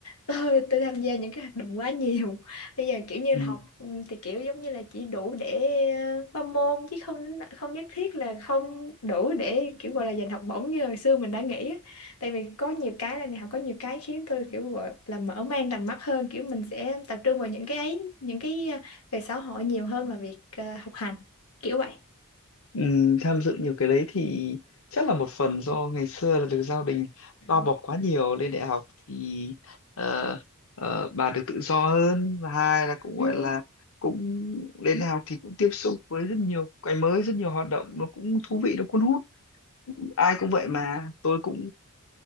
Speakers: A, on the left (about 85°); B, on the left (about 65°).
A: tôi tôi tham gia những cái hoạt động quá nhiều bây giờ kiểu như
B: Ừ.
A: học ừ, thì kiểu giống như là chỉ đủ để ờ, qua môn chứ không không nhất thiết là không đủ để kiểu gọi là giành học bổng như hồi xưa mình đã nghĩ á. tại vì có nhiều cái là đại học có nhiều cái khiến tôi kiểu gọi là mở mang tầm mắt hơn kiểu mình sẽ tập trung vào những cái ấy những cái ờ, về xã hội nhiều hơn là việc ờ, học hành kiểu vậy
B: Ừ, tham dự nhiều cái đấy thì chắc là một phần do ngày xưa là được gia đình
A: Ừ.
B: bao bọc quá nhiều lên đại học thì ờ, ờ, bà được tự do hơn và hai là cũng
A: Ừ.
B: gọi là cũng lên đại học thì cũng tiếp xúc với rất nhiều cái mới rất nhiều hoạt động nó cũng thú vị nó cuốn hút ai cũng vậy mà tôi cũng